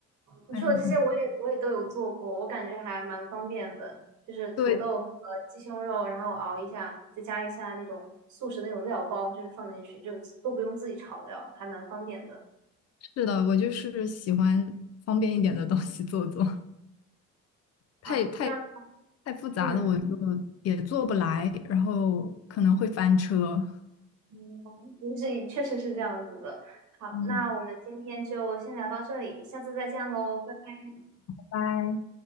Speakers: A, on the right; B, on the left.
A: 你说的这些我也我也都有做过，
B: 还有什么？
A: 我感觉还蛮方便的，就是土豆和鸡胸肉，
B: 对，
A: 然后熬一下，再加一下那种速食那种料包，就是放进去，就都不用自己炒料，还蛮方便的。
B: 是的，我就是喜欢方便一点的东西做做，太太
A: 好，那
B: 太复杂的我就
A: 嗯
B: 也做不来，然后可能会翻车。
A: 嗯，你是确实是这样子的。好，
B: 嗯，
A: 那我们今天就先聊到这里，下次再见喽，拜拜。
B: 拜拜。